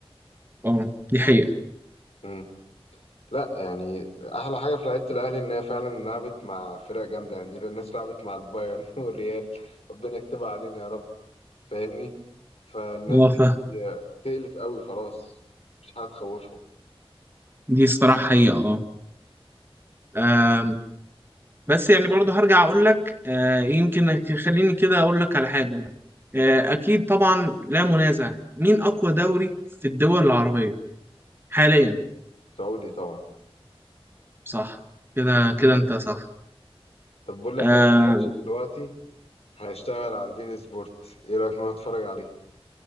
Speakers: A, on the right; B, on the left.
A: اه دي حقيقه
B: امم لا يعني احلى حاجه في لعيبه الاهلي ان هي فعلا لعبت مع فرق جامده يعني دي الناس لعبت مع البايرن <laughs> والريال ربنا يكتبها علينا يا رب فاهمني فالناس
A: اه
B: دي
A: فاهم
B: تقلت قوي خلاص مش هتخوفهم
A: دي الصراحه حقيقه اه آم، بس يعني برضه هرجع اقول لك آه، يمكن خليني كده اقول لك على حاجه آه، اكيد طبعا لا منازع مين اقوى دوري في الدول العربيه حاليا
B: سعودي طبعا
A: صح كده كده انت صح
B: طب بقول لك
A: آه،
B: ايه في ماتش دلوقتي هيشتغل على البين سبورت ايه رأيك نروح نتفرج عليه